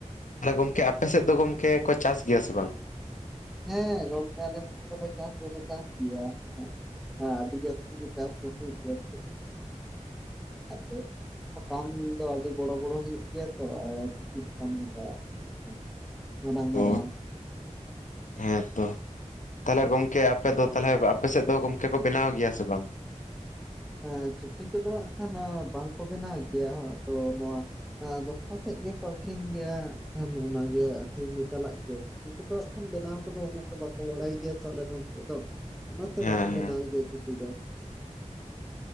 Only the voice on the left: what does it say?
ᱛᱟᱦᱞᱮ ᱜᱚᱝᱠᱮ ᱟᱯᱮ ᱥᱮᱫ ᱫᱚ ᱜᱚᱢᱠᱮ ᱠᱚ ᱪᱟᱥ ᱜᱮᱭᱟ ᱥᱮ ᱵᱟᱝ?
ᱦᱮᱸ
ᱚ
ᱦᱮᱸᱛᱚ᱾ ᱛᱟᱦᱚᱞᱮ ᱜᱚᱝᱠᱮ ᱟᱯᱮ ᱫᱚ ᱛᱟᱦᱚᱞᱮ ᱟᱯᱮ ᱥᱮᱫ ᱫᱚ ᱜᱚᱝᱠᱮ ᱠᱚ ᱵᱮᱱᱟᱣ ᱜᱮᱭᱟ ᱥᱮ ᱵᱟᱝ?
ᱦᱮᱸ
ᱦᱮᱸ